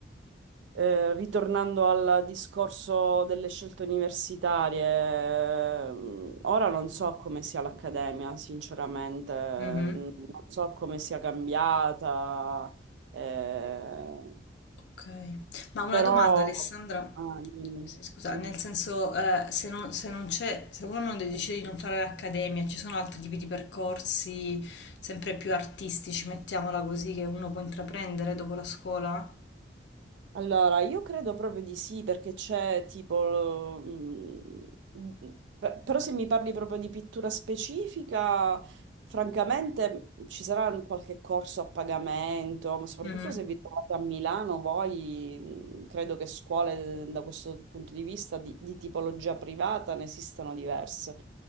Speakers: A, on the right (about 80°); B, on the left (about 70°).
A: eh, ritornando al discorso delle scelte universitarie, mm, ora non so come sia l'accademia, sinceramente, mm,
B: Mhm.
A: non so come sia cambiata. eh,
B: Ok. Ma una
A: Però,
B: domanda, Alessandra.
A: ah, dimmi,
B: Sì, scusa,
A: sì.
B: nel senso, eh, se non, se non c'è, se uno non decide di non fare l'accademia, ci sono altri tipi di percorsi sempre più artistici, mettiamola così, che uno può intraprendere dopo la scuola?
A: Allora, io credo proprio di sì, perché c'è tipo... mm, mm, pe- Però se mi parli proprio di pittura specifica, francamente mm, ci sarà un qualche corso a pagamento, ma soprattutto
B: Mhm.
A: se vi trovate a Milano, voi mm, credo che scuole da questo punto di vista di, di tipologia privata ne esistano diverse.